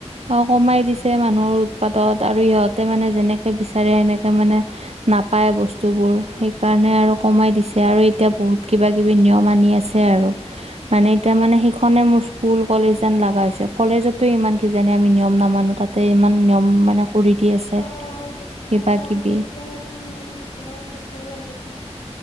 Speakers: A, on the right; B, on the left.
A: অ', কমাই দিছে মানুহৰ উৎপাতত, আৰু ইহঁতে মানে যেনেকে বিচাৰে সেনেকে মানে নাপায় বস্তুবোৰ সেইকাৰণে আৰু কমাই দিছে, আৰু এতিয়া বহুত কিবা কিবি নিয়ম আনি আছ হে আৰু মানে এতিয়া মানে সিখনে মোৰ স্কুল কলেজ যেন লাগা হৈছে। কলেজতো ইমান কি জানে আমি নিয়ম নামানো, তাতে ইমান নিয়ম মানে কৰি দি আছে
B: অ', তাকে
A: কিবা
B: কাম
A: কিবি।
B: কৰিলে নিয়ম প্ৰায় ক কৰিব লাগিব